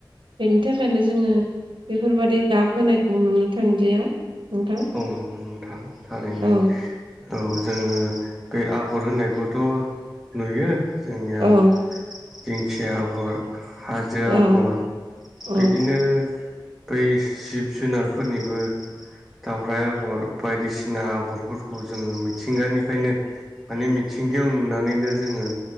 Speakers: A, on the right; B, in the centre.
A: बेनि थाखायनो जोंङो बेफोरबादि गाब होनायखौ नुनो थांलिया नोंथां
B: औ नौ नोंथां थारैनो
A: औ
B: औ जोंङो। बे आगर होननायखौथ' नुयो जोंनिया
A: औ
B: दिंखिया आगर हाजो आगर
A: औ
B: बिदिनो
A: औ
B: बै जिब जुनारफोरनिबो। दावरराय आग'र बायदिसिना आगरफोरखौ जोंङो मिथिंगानिफ्रायनो माने मिथिंगायाव। नुनानैनो जोंङो